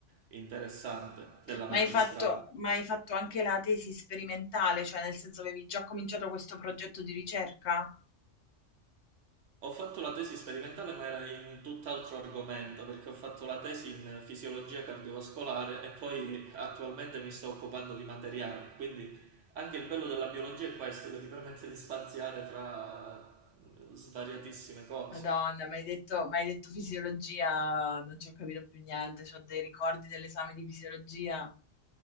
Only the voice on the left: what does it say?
Ma
hai fatto, ma hai fatto anche la tesi sperimentale, cioè nel senso avevi già cominciato questo progetto di ricerca?
Madonna, mi hai detto, mi hai detto fisiologia, non ci ho capito più niente, ho dei ricordi dell'esame di fisiologia.